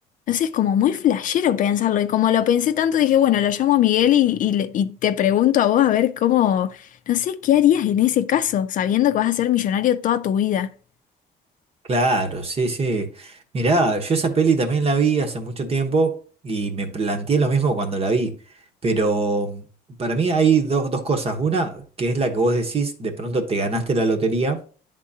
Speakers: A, on the left; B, on the right.
A: no sé, es como muy flashero pensarlo. Y como lo pensé tanto, dije, bueno, lo llamo a Miguel y, y le- y te pregunto a vos a ver cómo, no sé, ¿qué harías en ese caso, sabiendo que vas a ser millonario toda tu vida?
B: Claro, sí, sí. Mirá, yo esa peli también la vi hace mucho tiempo y me planteé lo mismo cuando la vi. Pero para mí hay dos, dos cosas. Una, que es la que vos decís, de pronto te ganaste la lotería.